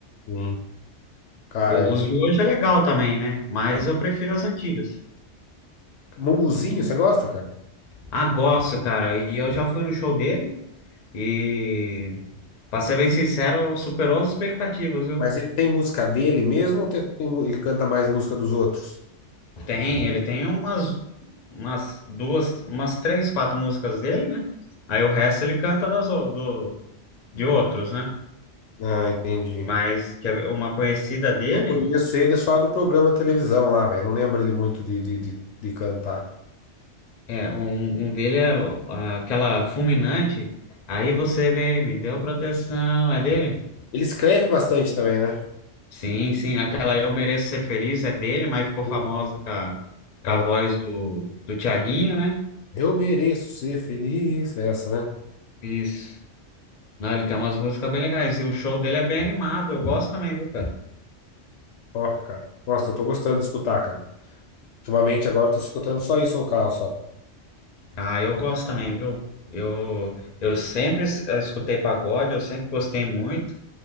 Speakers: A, on the left (about 75°); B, on the left (about 45°).
A: Sim. Cara,
B: O-
A: é...
B: os de hoje é legal também, né? Mas eu prefiro as antigas.
A: Mumuzinho, você gosta, cara?
B: Ah, gosto, cara. E eu já fui no show dele e, pra ser bem sincero, superou as expectativas, viu?
A: Mas ele tem música dele mesmo ou tem- tem mu- ele canta mais música dos outros?
B: Tem, ele tem umas, umas duas, umas três, quatro músicas dele, né? Aí o resto ele canta das, o- do, de outros, né?
A: Ah, entendi.
B: Mas que é uma conhecida dele,
A: Eu conheço ele só do programa de televisão lá, velho. Não lembro ele muito de, de, de, de cantar.
B: é, um, um dele é o- aquela fulminante. Aí você vê, me deu proteção, é dele?
A: Ele escreve bastante também, né?
B: Sim, sim, aquela Eu Mereço Ser Feliz é dele, mas ficou
A: Sim.
B: famosa com a, com
A: Ah,
B: a voz do, do Thiaguinho, né?
A: eu mereço ser feliz. É Essa, né?
B: Isso. Não, ele tem umas músicas bem legais. E o show dele é bem animado, eu gosto também, viu, cara?
A: Top, cara. Nossa, eu tô gostando de escutar, cara. Ultimamente agora eu tô escutando só isso no carro, só. cara.
B: Ah, eu gosto também, viu? Eu, eu sempre es- eh, escutei pagode, eu sempre gostei muito.